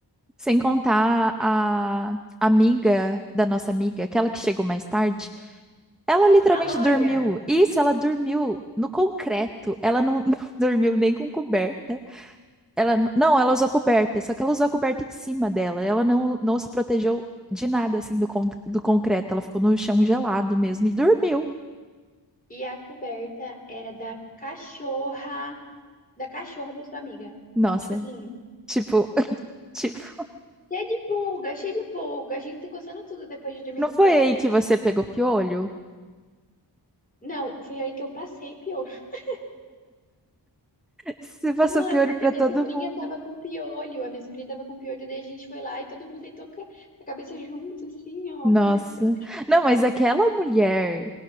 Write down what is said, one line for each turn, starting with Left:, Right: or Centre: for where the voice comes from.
Centre: Sem contar a amiga da nossa amiga, aquela que chegou mais tarde, ela literalmente
Left: A loira.
Centre: dormiu. Isso, ela dormiu no concreto. Ela não, <laughs> não dormiu nem com coberta. Ela n- não, ela usou coberta, só que ela usou a coberta em cima dela. Ela não, não se protegeu de nada assim do, con- do concreto. Ela ficou no chão gelado mesmo e dormiu.
Left: E a coberta era da cachorra, da cachorra da sua amiga.
Centre: Nossa,
Left: Tipo assim,
Centre: tipo, Tipo,
Left: cheia de pulga, cheia de pulga, a gente se coçando tudo depois de dormir
Centre: não
Left: com
Centre: foi
Left: a coberta
Centre: aí
Left: dela.
Centre: que você pegou piolho?
Left: Não, foi aí que eu passei piolho. <laughs>
Centre: Você passou
Left: Não
Centre: piolho
Left: é porque
Centre: pra
Left: minha
Centre: todo
Left: sobrinha
Centre: mundo.
Left: tava com piolho, a minha sobrinha tava com piolho, daí a gente foi lá e todo mundo deitou ca- a cabeça junto, assim, ó.
Centre: Nossa.
Left: Ai, que ó.
Centre: Não, mas aquela mulher,